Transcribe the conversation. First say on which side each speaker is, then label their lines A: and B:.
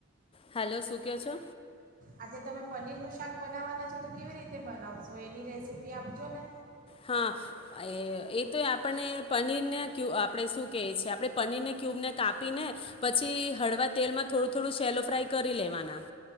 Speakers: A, on the left; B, on the right.
A: હેલો શું કેવો છો
B: આજે તમે પનીરનું શાક બનાવવાના છો તો કેવી રીતે બનાવશો એની રેસીપી આપજો ને
A: હા એ એ તો આપને પનીરને ક્ય આપણે શું કહે છે આપણે પનીરને ક્યુબને કાપીને પછી હળવા તેલમાં થોડું થોડું સેલો ફ્રાય કરી લેવાના